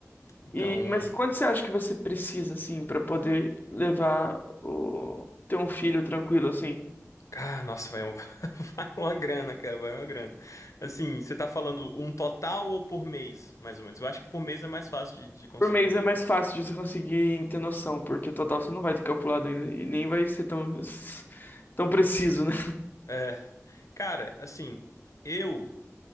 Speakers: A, on the left (about 75°); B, on the left (about 35°).
A: Então,
B: E, mas quanto você acha que você precisa, assim, pra poder levar o... ter um filho tranquilo, assim?
A: cara, nossa, vai, um- <laughs> vai uma grana, cara, vai uma grana. Assim, você tá falando um total ou por mês, mais ou menos? Eu acho que por mês é mais fácil de, de conseguir.
B: Por mês é mais fácil de você conseguir ter noção, porque total você não vai ter calculado ainda e nem vai ser tão, <laughs> tão preciso, né?
A: É, cara, assim, eu